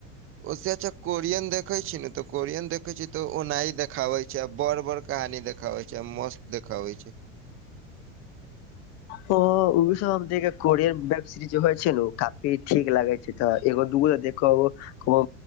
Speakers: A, on the right (about 35°); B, on the left (about 40°).
A: ओ से अच्छा कोरियन देखै छी नु त कोरियन देखे छी त ओनाही देखाबे छै आ बड़ बड़ कहानी देख खाबै छै आ मस्त देखाबै छै <inaudible>
B: हं ओहो सब हम देखै कोरियन वेब सीरिज जे होइ छै न काफी ठीक लागै छै तऽ एगो दूगो देख कबो कबो